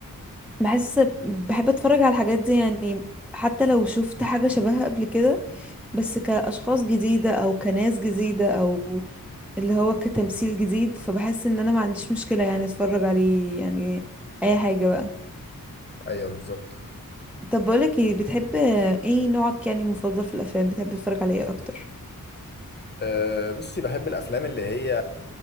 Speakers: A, in the centre; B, on the left (about 30°).
A: بحس بحب اتفرج على الحاجات دي يعني حتى لو شفت حاجة شبهها قبل كده بس كأشخاص جديدة او كناس جديدة او اللي هو كتمثيل جديد فبحس ان انا ما عنديش مشكلة يعني اتفرج عليه يعني اي حاجة بقى
B: ايوه بالظبط
A: طب بقولك ايه بتحب ايه نوعك يعني المفضل في الافلام بتحب تتفرج على ايه اكتر
B: أه بصي بحب الافلام اللي هي